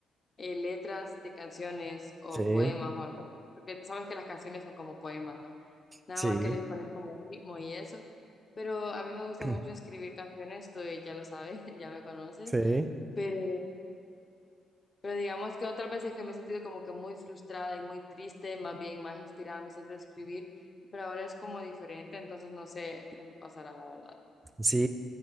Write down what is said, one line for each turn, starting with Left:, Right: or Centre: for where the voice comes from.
Left: eh, letras de canciones o
Right: sí,
Left: poemas o algo así, porque sabes que las canciones son como poemas, ¿no? Nada
Right: sí,
Left: más que les pones como ritmo y eso, pero a mí me gusta
Right: <clears throat>
Left: mucho escribir canciones, tú ya lo sabes, <laughs> ya me conoces,
Right: sí.
Left: pero... Pero digamos que otras veces que me he sentido como que muy frustrada y muy triste, más bien más inspirada me siento a escribir, pero ahora es como diferente, entonces no sé qué me pasará, la verdad.
Right: Sí,